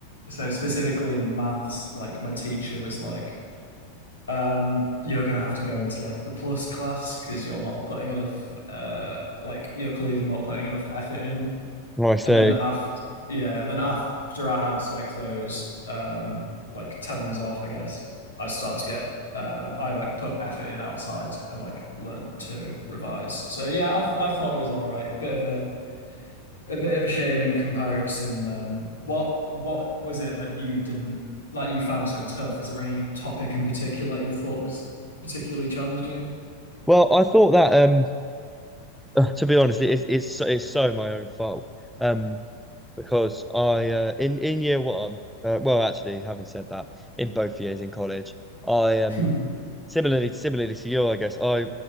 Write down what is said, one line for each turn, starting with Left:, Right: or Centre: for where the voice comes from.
Left: so specifically in maths, like my teacher was like, um, you're gonna have to go into like the plus class because you're not putting enough, uh, like you're clearly not putting enough effort in
Centre: Right. So,
Left: and then after yeah and then after i had like those um like tellings off i guess i start to get um i like put effort in outside and like learnt to revise so yeah i th- i thought it was all right a bit of a a bit of a shame in comparison um what what was it that you didn't that you found so tough is there any topic in particular that you thought was particularly challenging
Centre: well, I thought that um, <sighs> uh, to be honest, it is it's so- it's so my own fault um because I uh, in in year one, uh, well, actually, having said that, in both years in college, I um
Left: <laughs>
Centre: Similarly, similarly to you, I guess I